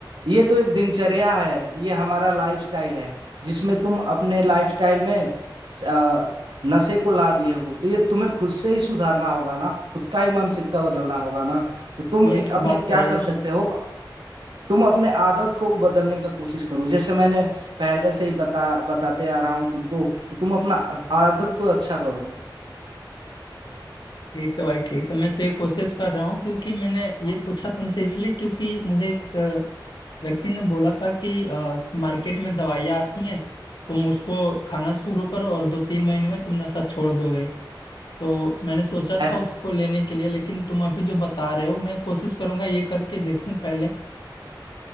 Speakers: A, on the right; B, on the left.
A: ये तो एक दिनचर्या है ये हमारा लाइफस्टाइल है जिसमें तुम अपने लाइफस्टाइल में अ, नशे को ला दिए हो तो ये तुम्हें खुद से ही सुधारना होगा ना खुद का ही मानसिकता बदलना होगा ना तो तुम
B: ये
A: एक
B: तो
A: अपने
B: बात
A: क्या
B: सही है
A: कर सकते हो तुम अपने आदत को बदलने का कोशिश करो जैसे मैंने पहले से ही बता बताते आ रहा हूँ तुमको कि तुम अपना आदत को अच्छा करो
B: ठीक है भाई ठीक है मैं तो ये कोशिश कर रहा हूँ क्योंकि मैंने ये पूछा तुमसे इसलिए क्योंकि मुझे एक अ, व्यक्ति ने बोला था कि अ, मार्केट में दवाइयाँ आती हैं तुम उसको खाना शुरू करो और दो तीन महीने में तुम नशा छोड़ दोगे तो मैंने सोचा
A: ऐस-
B: था उसको लेने के लिए लेकिन तुम अभी जो बता रहे हो मैं कोशिश करूंगा ये करके देखूं पहले